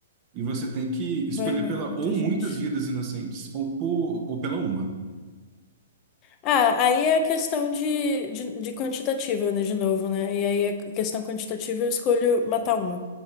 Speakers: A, on the right (about 35°); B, on the left (about 35°).
A: E você tem que escolher
B: Vai morrer
A: pela
B: muita
A: ou
B: gente.
A: muitas vidas inocentes ou, por, ou pela uma.
B: Ah, aí é a questão de, de, de quantitativa, né, de novo, né? E aí é a questão quantitativa eu escolho matar uma.